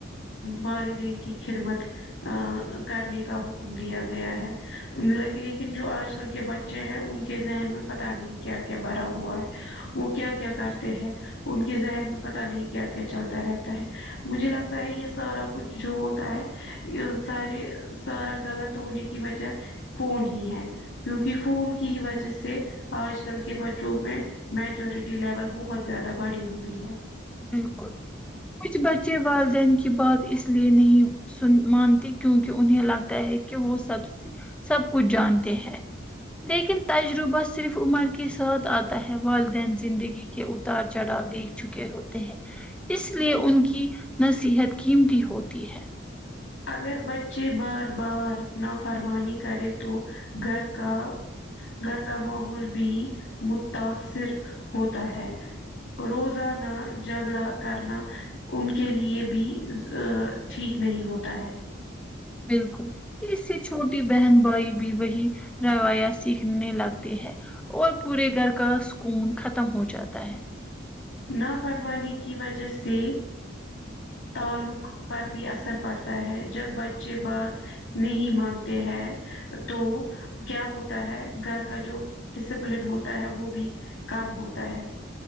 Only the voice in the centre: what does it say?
بالکل کچھ بچے والدین کی بات اس لیے نہیں سن مانتی کیونکہ انہیں لگتا ہے کہ وہ سب سب کچھ جانتے ہیں لیکن تجربہ صرف عمر کے ساتھ آتا ہے والدین زندگی کے اتار چڑھاؤ دیکھ چکے ہوتے اس لیے ان کی نصیحت قیمتی ہوتی ہے
بالکل اس سے چھوٹی بہن بھائی بھی وہی رویا سیکھنے لگتے ہیں اور پورے گھر کا سکون ختم ہو جاتا ہے